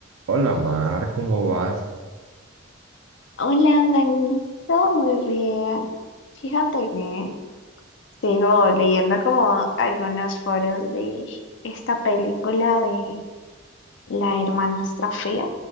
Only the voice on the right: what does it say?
Hola Mar, ¿cómo vas?